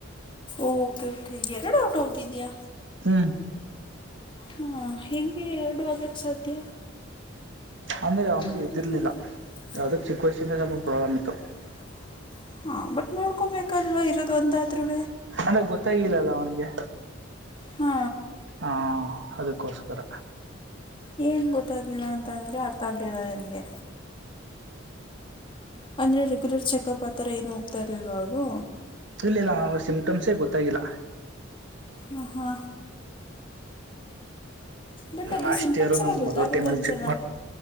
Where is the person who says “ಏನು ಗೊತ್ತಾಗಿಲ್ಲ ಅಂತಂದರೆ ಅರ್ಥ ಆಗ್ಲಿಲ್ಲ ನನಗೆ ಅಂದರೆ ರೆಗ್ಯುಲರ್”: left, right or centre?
Left